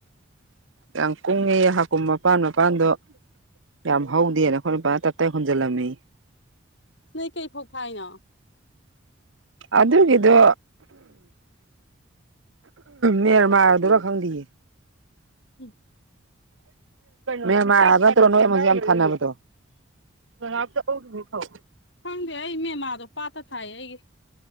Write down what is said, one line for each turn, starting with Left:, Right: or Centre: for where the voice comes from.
Right: ꯌꯥꯝ ꯀꯨꯡꯉꯦ ꯍꯥꯀꯨꯝ ꯃꯄꯥꯟ ꯃꯄꯥꯟꯗꯣ ꯌꯥꯝ ꯍꯧꯗꯦꯅ ꯑꯩꯈꯣꯏꯅꯨꯄꯥ ꯇꯞ ꯇꯥꯏ ꯍꯨꯟꯖꯤꯜꯂꯝꯃꯤꯍꯦ
Left: ꯅꯣꯏ ꯀꯩ ꯐꯧ ꯊꯥꯏꯅꯣ
Right: ꯑꯗꯨꯒꯤꯗꯣ ꯃꯦꯟꯃꯥꯔꯗꯨꯔ ꯈꯪꯗꯤꯌꯦ
Left: <unintelligible>
Right: ꯅꯦꯃꯥꯔ ꯍꯥꯏꯕ ꯅꯠꯇ꯭ꯔꯣ ꯅꯣꯏ ꯌꯥꯝ ꯊꯅꯕꯗꯣ ꯀꯅꯥꯝꯇ ꯑꯣꯛꯇꯔꯣ ꯐꯧ
Left: ꯐꯪꯗꯦ ꯑꯩ ꯃꯦꯝꯃꯥꯗꯣ ꯄꯥꯠꯇ ꯊꯥꯏꯌꯦ ꯑꯩꯒꯤ